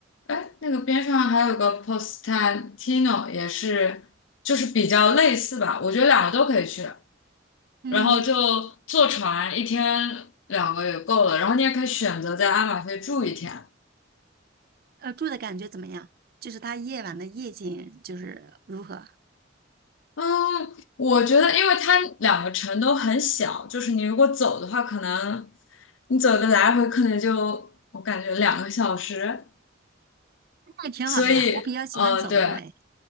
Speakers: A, on the left; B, on the right.
A: 哎，那个边上还有个 Postantino 也是，就是比较类似吧，我觉得两个都可以去。
B: 嗯，
A: 然后就坐船一天两个也够了，然后你也可以选择在阿马菲住一天。
B: 呃，住的感觉怎么样？就是它夜晚的夜景就是如何？
A: 嗯，我觉得因为它两个城都很小，就是你如果走的话，可能你走个来回可能就我感觉两个小时，
B: 那也挺好的呀，
A: 所以嗯，
B: 我比较喜欢走路哎。
A: 对